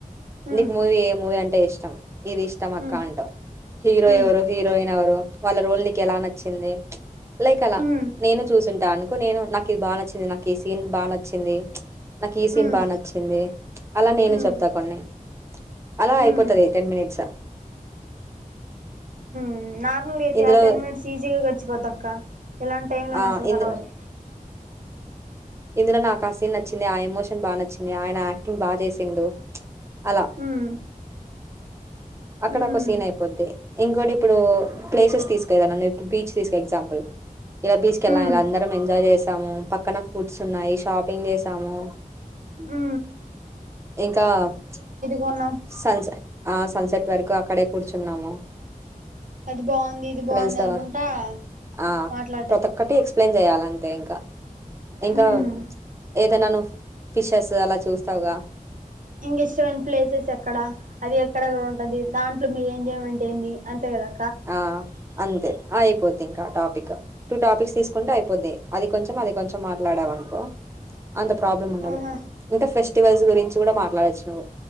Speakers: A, on the right (about 65°); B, on the right (about 20°).
A: ఉమ్
B: నీకు మూవీ ఏ మూవీ అంటే ఇష్టం ఇది ఇష్టమక్కా
A: ఉమ్
B: అంటావ్ హీరో
A: ఉమ్
B: ఎవరు హీరోయిన్ ఎవరు వాళ్ళ రోల్ నీకు ఎలా నచ్చింది. లైక్ అలా
A: ఉమ్
B: నేను చూసింటా అనుకో, నేను నాకు ఇది బాగా నచ్చింది నాకు నాకు ఈ సీన్ బాగా నచ్చింది. నాకు ఈ సీన్
A: ఉమ్
B: బాగా నచ్చింది. అలా నేను
A: ఉమ్
B: చెప్తా కొన్ని అలా
A: ఉమ్
B: అయిపోతుంది టెన్ మినిట్స్.
A: ఉ నా
B: ఇందులో
A: టెన్ మినిట్స్ ఈజీగా గ జవ దొక్క చ్ ఇలాంటి టైమ్ లో
B: ఆ
A: నాసలు
B: ఇందు
A: కనబడను.
B: ఇందులో నాకు ఆ సీన్ నచ్చింది. ఆ ఎమోషన్ బాగా నచ్చింది. ఆయన యాక్టింగ్ బా చేసిండు. అలా
A: ఉమ్
B: అక్కడ
A: ఉమ్
B: ఒక సీన్ అయిపోద్ది ఇంకోటి ఇప్పుడు ప్లేసెస్ తీసుకేదా నన్న ఇప్పు బీచ్ తీసుక ఎగ్జాపుల్ ఇలా బీచ్కెలా
A: ఉమ్
B: ఇలా అందరం ఎం ఎ చేసాము పక్కన ఫుడ్స్ ఉన్నాయి, షాపింగ్ చేసాము.
A: ఉ
B: ఇంకా చ్
A: కొన్నాం
B: సన్స ఆ సన్సెట్ వరకు అక్కడే కూర్చున్నాము.
A: అది బాగుంది, ఇది
B: ఫ్రెండ్స్
A: బాగుంది
B: తో
A: అనుకుంటా
B: ఆ
A: మాట్లా
B: ప్రతి ఒక్కటి ఎక్స్ప్లెయిన్ చేయాలా అంతే ఇంకా ఇంకా
A: ఉమ్
B: ఏదైనా ను ఫిషెస్ అలా చూస్తావుగా
A: ఇంక ఇష్టమైన ప్లేసెస్ ఎక్కడ అది ఎక్కడెక్కడ ఉంటది. దాంట్లో మీరు ఎంజాయ్మెంట్ ఏంది అంతే కదా.
B: ఆ అంతే అయిపోద్ది ఇంకా టాపిక్ టూ టాపిక్స్ తీసుకుంటే అయిపోద్ది. అది కొంచెం అది కొంచెం మాట్లాడవు అనుకో. అంత ప్రాబ్లం ఉండదు
A: ఆహా
B: ఇంకా ఫెస్ట్ ఫెస్టివల్స్ గురించి కూడా మాట్లాడచ్చు నువ్వు